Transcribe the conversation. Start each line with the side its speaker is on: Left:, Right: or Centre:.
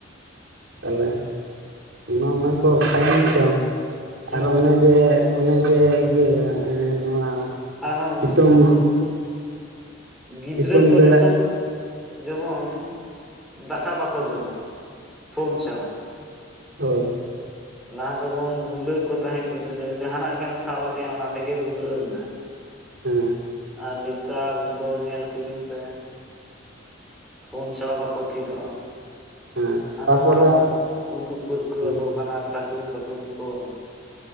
Right: ᱛᱟᱞᱦᱮ ᱚᱱᱟ ᱚᱱᱟᱠᱚ ᱚᱠᱟᱭᱮᱱ ᱪᱚᱝ
Centre: ᱦᱩᱸ
Right: ᱟᱨ ᱚᱱᱮ ᱡᱮ ᱚᱱᱮ ᱡᱮ ᱤᱭᱟᱹ ᱮᱸ ᱱᱚᱣᱟ
Centre: ᱟᱨᱦᱚᱸ
Right: ᱥᱤᱛᱩᱝ
Centre: ᱱᱩᱠᱩ ᱜᱤᱫᱽᱨᱟᱹ
Right: ᱥᱤᱛᱩᱝ
Centre: ᱠᱚ
Right: ᱵᱮᱲᱟ
Centre: ᱞᱤᱛᱚᱜ ᱡᱮᱢᱚᱱ ᱫᱟᱠᱟ ᱵᱟᱠᱚ ᱡᱚᱢᱟ ᱯᱷᱳᱱ ᱪᱷᱟᱲᱟ᱾
Right: ᱦᱳᱭ᱾
Centre: ᱞᱟᱦᱟ ᱫᱚᱵᱚᱱ ᱵᱩᱞᱟᱹᱣ ᱠᱚ ᱛᱟᱦᱮᱸᱫ ᱜᱤᱫᱽᱨᱟᱹ ᱡᱟᱦᱟᱸᱱᱟᱜ ᱜᱮᱢ ᱥᱟᱵ ᱟᱫᱮᱭᱟ ᱚᱱᱟ ᱛᱮᱜᱮ ᱵᱩᱞᱟᱹᱣ ᱮᱱᱟᱭ᱾
Right: ᱦᱮᱸ᱾
Centre: ᱟᱨ ᱞᱤᱛᱟᱨ ᱫᱚ ᱧᱮᱞ ᱠᱩᱵᱤᱱ ᱥᱮ ᱯᱷᱳᱱ ᱪᱷᱟᱲᱟ ᱵᱟᱠᱚ ᱛᱷᱤᱨᱚᱜ-ᱟ᱾
Right: ᱦᱮᱸ
Centre: ᱦᱟᱱᱟ
Right: ᱛᱟᱯᱚᱨᱮ
Centre: ᱱᱟᱣᱟ ᱵᱚᱱ ᱩᱫᱩᱜ ᱯᱟᱹᱨᱠᱟᱹᱣᱟᱠᱚ
Right: ᱦᱮᱸ
Centre: ᱠᱟᱱᱟ᱾ ᱠᱟᱴᱩᱱ ᱯᱷᱟᱹᱴᱩᱱ ᱠᱚ᱾